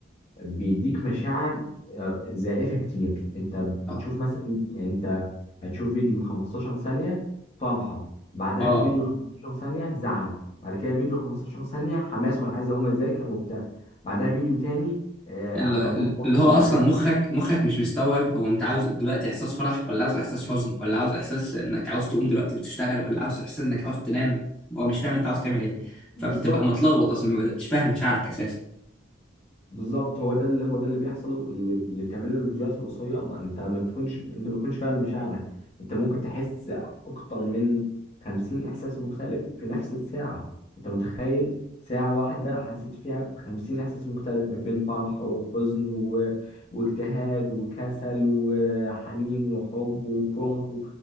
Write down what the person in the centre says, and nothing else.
اه
آه.
ال-
ال-
اللي هو
اصلا مخك مخك مش مستوعب هو انت عاوز دلوقتي احساس فرح ولا عاوز احساس حزن ولا عاوز احساس انك عاوز تقوم دلوقتي وتشتغل ولا عاوز احساس انك عاوز تنام هو مش فاهم انت عاوز تعمل ايه
فبتبقى متلخبط اصلا ما بتبقاش فاهم مشاعرك اساسا